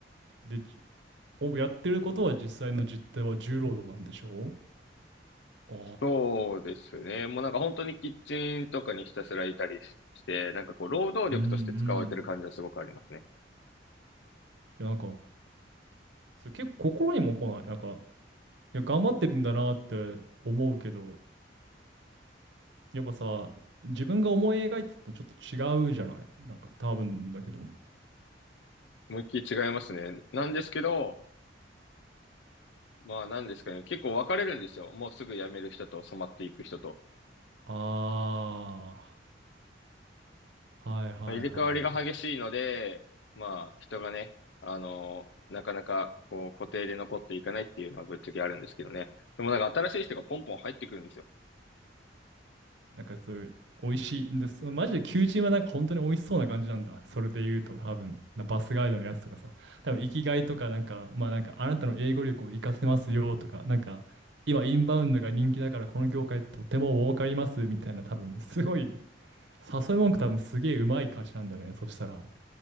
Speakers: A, on the right; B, on the left.
A: で、じおやってることは実際の実態は重労働なんでしょう
B: そうですね。
A: ああ
B: もうなんか本当にキッチンとかにひたすらいたりしして、なんかこう労働力として使われてる感じはすごくありますね。
A: ー。うんうん。いや、なんか、それ結構心にも来ない。なんか、いや、頑張ってるんだなって思うけど、やっぱさ、自分が思い描いてたのとちょっと違うじゃないなんか多分だけど。
B: 思いっきり違いますね。なんですけど、まあなんですかね。結構分かれるんですよ。もうすぐ辞める人と染まっていく人と。
A: ああ、はいはいはい。
B: まあ、入れ替わりが激しいので、まあ人がね、あのなかなかこう固定で残っていかないっていうのはぶっちゃけあるんですけどね。でもなんか新しい人がポンポン入ってくるんですよ。
A: なんかそういう、美味しいんです。マジで求人はなんか本当に美味しそうな感じなんだ。それで言うと多分、なバスガイドのやつとかさ、多分生きがいとかなんか、まあなんかあなたの英語力を活かせますよとか、なんか今インバウンドが人気だからこの業界とても儲かりますみたいな多分、すごい、誘い文句多分すげえうまい会社なんだね。そしたら。